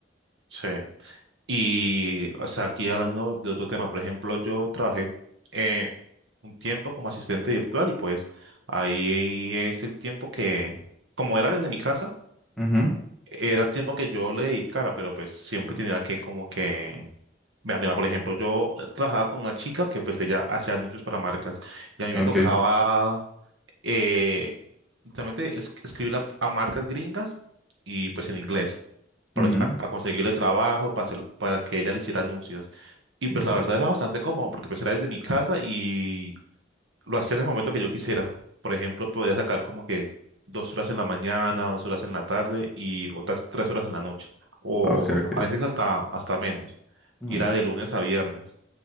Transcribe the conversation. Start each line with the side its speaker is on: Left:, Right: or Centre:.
Right: Sí. Y, o sea, aquí hablando de otro tema, por ejemplo, yo trabajé eh, un tiempo como asistente virtual y pues ahí es el tiempo que, como era desde mi casa,
Centre: Ujú,
Right: era el tiempo que yo le dedicara, pero pues siempre tenía que como que... Mira, mira, por ejemplo, yo trabajaba con una chica que pues ella hacía anuncios para marcas y a mí me
Centre: Ok.
Right: tocaba eh, literalmente es- escribirle a, a marcas gringas y pues en inglés, para,
Centre: Ujú,
Right: para conseguirle trabajo, para, hacer- para que ella le hiciera anuncios. Y
Centre: ujú,
Right: pues la verdad era bastante cómodo porque pues era desde mi casa y lo hacía en el momento que yo quisiera. Por ejemplo, podría sacar como que dos horas en la mañana, dos horas en la tarde y otras tres horas en la noche. O
Centre: Ok, ok.
Right: a veces hasta, hasta menos.
Centre: Ujú.
Right: Y era de lunes a viernes.